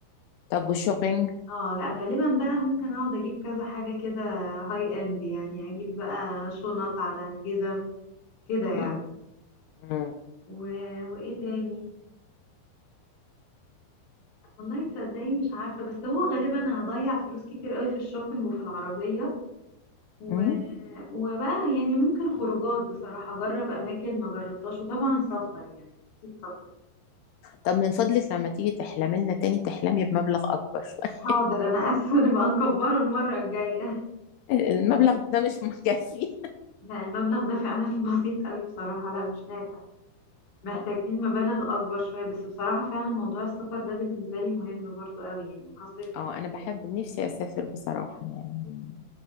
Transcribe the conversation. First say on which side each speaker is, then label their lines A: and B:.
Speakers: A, on the left; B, on the left.
A: طب والشوبينج
B: اه لا غالبا بقى ممكن اقعد اجيب كذا حاجة كده هاي اند يعني اجيب بقى شنط على جزم كده يعني
A: مم. مم.
B: و... وايه تاني والله تصدقي مش عارفة بس هو غالبا هضيع فلوس كتير قوي في الشوبينج وفي العربية و...
A: مم.
B: وبقى يعني ممكن خروجات بصراحة اجرب اماكن ما جربتهاش وطبعا سفر يعني اكيد سفر
A: طب من فضلك لما تيجي تحلمي لنا تاني تحلمي بمبلغ اكبر شوية
B: حاضر انا اسفة نبقى نكبره المرة الجاية
A: المبلغ ده مش مكفي
B: لا المبلغ ده فعلا <laughs> بسيط قوي بصراحة لا مش نافع محتاجين
A: اه
B: مبالغ أكبر شوية بس بصراحة فعلا موضوع السفر ده بالنسبة لي مهم برضو قوي يعني وهصرف فيه
A: اه
B: كتير
A: انا بحب نفسي اسافر بصراحة يعني